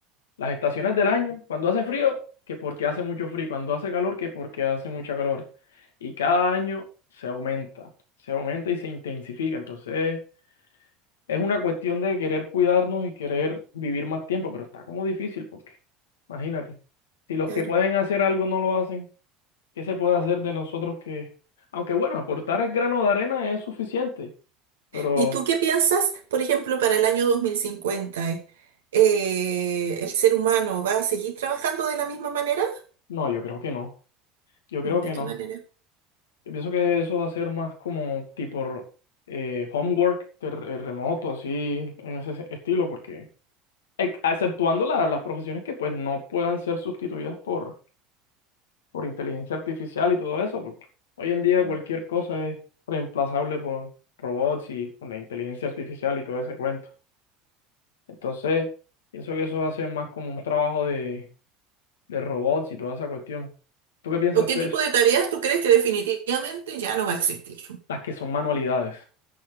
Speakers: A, on the left (about 80°); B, on the right (about 80°).
A: las estaciones del año, cuando hace frío, que porque hace mucho frío, cuando hace calor, que porque hace mucha calor. Y cada año se aumenta, se aumenta y se intensifica. Entonces, es una cuestión de querer cuidarnos y querer vivir más tiempo, pero está como difícil porque, imagínate, si los
B: claro.
A: que pueden hacer algo no lo hacen, ¿qué se puede hacer de nosotros que, aunque bueno, aportar el grano de arena es suficiente, pero
B: ¿Y tú qué piensas, por ejemplo, para el año 2050? eh, eh, ¿el ser humano va a seguir trabajando de la misma manera?
A: no, yo creo que no, yo
B: ¿De
A: creo que
B: qué
A: no.
B: manera?
A: Yo pienso que eso va a ser más como tipo eh, homework de re- remoto, así, en ese se- estilo, porque ex- exceptuando la- las profesiones que pues no puedan ser sustituidas por, por inteligencia artificial y todo eso, porque hoy en día
B: Mm.
A: cualquier cosa es reemplazable por robots y con la inteligencia artificial y todo ese cuento. Entonces, pienso que eso va a ser más como un trabajo de, de robots y toda esa cuestión. ¿Tú qué piensas
B: ¿O qué
A: de
B: tipo
A: eso?
B: de tareas tú crees que definitivamente ya no va a existir?
A: Las que son manualidades.